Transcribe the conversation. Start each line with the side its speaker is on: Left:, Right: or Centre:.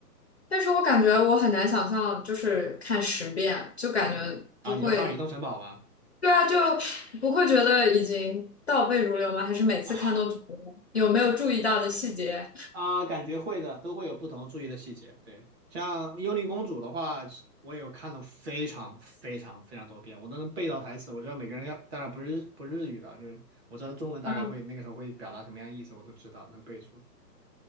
Left: 但是我感觉我很难想象，就是看十遍，就感觉不会，
Right: 然后你说《哈尔移动城堡》吗？
Left: 对啊，就不会觉得已经倒背如流吗？还是每次看都觉得有没有注意到的细节？
Right: 啊。啊，感觉会的，都会有不同注意的细节。对，像《幽灵公主》的话，我也有看了非常非常非常多遍，我都能背到台词。我知道每个人要，当然不是不是日语的，就是我知道中文大概会那个时候会表达什么样意思，
Left: 啊，
Right: 我都知道能背住。